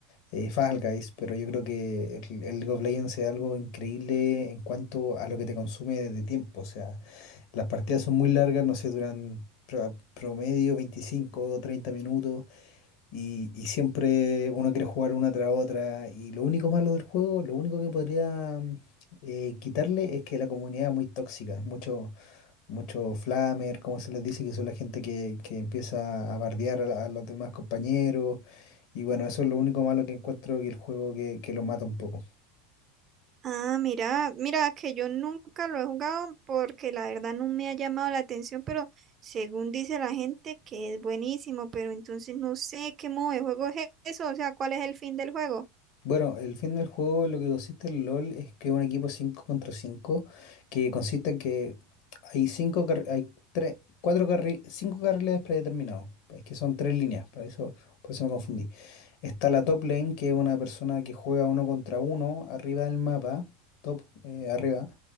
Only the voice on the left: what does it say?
eh, Fall Guys, pero yo creo que el, el League of Legends es algo increíble en cuanto a lo que te consume de tiempo, o sea, las partidas son muy largas, no sé, duran pro- promedio 25 o 30 minutos y, y siempre uno quiere jugar una tras otra. Y lo único malo del juego, lo único que podría mm, eh, quitarle es que la comunidad es muy tóxica. Mucho, mucho flamer, como se les dice, que son la gente que, que empieza a bardear a, la- a los demás compañeros. Y bueno, eso es lo único malo que encuentro que el juego que, que lo mata un poco.
Bueno, el fin del juego, lo que consiste el LOL es que un equipo 5 contra 5, que consiste en que hay cinco carri- hay tres, cuatro carri- cinco carriles predeterminados, es que son tres líneas, para eso, por eso me confundí. Está la top lane, que es una persona que juega uno contra uno arriba del mapa, top, eh, arriba.